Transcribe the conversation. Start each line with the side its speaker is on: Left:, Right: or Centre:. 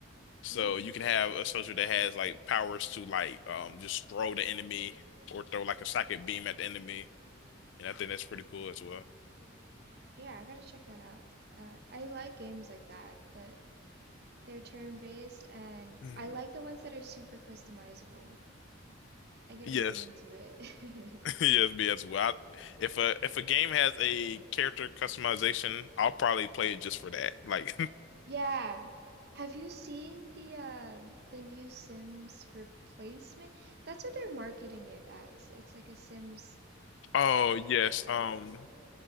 Left: So
Right: Ooh.
Left: you can have a soldier that has like powers to like um just throw the enemy or throw like a psychic beam at the enemy, and I think that's pretty cool as well.
Right: Yeah, I gotta check that out. Uh, I like games like that, that they're turn-based, and
Left: Mhm.
Right: I like the ones that are super customizable. I get
Left: Yes,
Right: really into it.
Left: <laughs>
Right: <laughs>
Left: yes, me as well. I- if a if a game has a character customization, I'll probably play it just for that. Like,
Right: Yeah. Have you seen the um the new Sims replacement? That's what they're marketing it as. It's like a Sims-esque
Left: <laughs> oh yes,
Right: game.
Left: um.